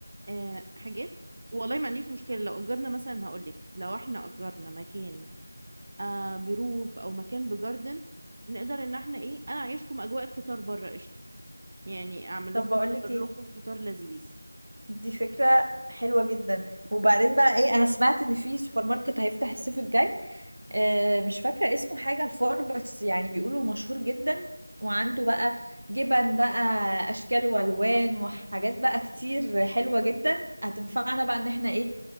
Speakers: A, on the right (about 25°); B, on the right (about 60°).
A: آه، حاجات والله ما عنديش مشكله لو اجرنا مثلا هقولك لو احنا اجرنا مكان آه بروف او مكان بجاردن نقدر ان احنا ايه انا اعيشكم اجواء الفطار بره قشطه يعني
B: <laughs>
A: اعمل
B: طب
A: لكم
B: بقولك
A: احضر
B: ايه
A: لكم فطار لذيذ
B: دي فكرة حلوة جدا وبعدين بقى ايه انا سمعت ان في سوبر ماركت هيفتح الصيف الجاي آه مش فاكرة اسمه حاجة الفار بس يعني بيقولوا مشهور جدا وعنده بقى جبن بقى اشكال والوان وحاجات بقى كتير حلوة جدا هتنفعنا بقى ان احنا ايه